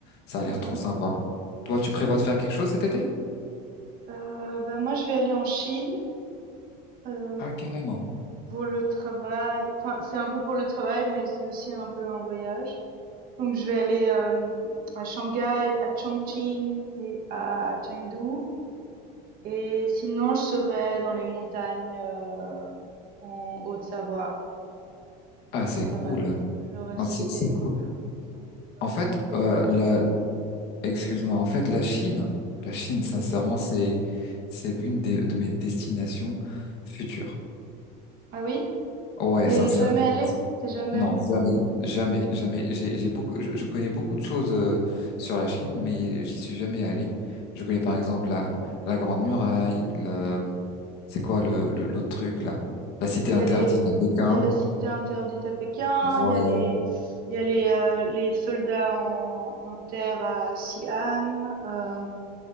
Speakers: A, on the left; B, on the right.
A: Ça a
B: Mhm.
A: l'air trop sympa. Toi, tu prévois de faire quelque chose cet été?
B: Euh, bah, moi, je vais aller en Chine euh,
A: Ah, carrément.
B: pour le travail. Enfin, c'est un peu pour le travail, mais c'est aussi un peu un voyage. Donc, je vais aller euh, à Shanghai, à Chongqing et à Chengdu. Et sinon, je serai dans les montagnes euh, en Haute-Savoie
A: Ah, c'est
B: le,
A: cool.
B: re- le reste
A: Ah, C'est
B: de l'été.
A: c'est
B: Donc,
A: cool.
B: c'est un peu,
A: En fait,
B: un peu
A: euh,
B: comme toi.
A: la, excuse-moi, en fait, la Chine, la Chine, sincèrement,
B: Oui.
A: c'est, c'est l'une des, de mes destinations futures.
B: Ah oui?
A: Ouais,
B: T'es
A: sincèrement.
B: jamais allé? T'es jamais
A: Non,
B: allé?
A: jamais, jamais, jamais. J'ai, j'ai beaucoup, je, je connais beaucoup de choses euh, sur la Chine, mais j'y suis jamais allé. Je connais par exemple la, la Grande Muraille, le, c'est quoi le, le- l'autre truc là? La Cité
B: Il y
A: interdite
B: a les,
A: à Pékin.
B: il y a la cité interdite à Pékin,
A: Voilà.
B: il y a les, il y a les, euh, les soldats en, en terre à Xi'an. euh, enfin,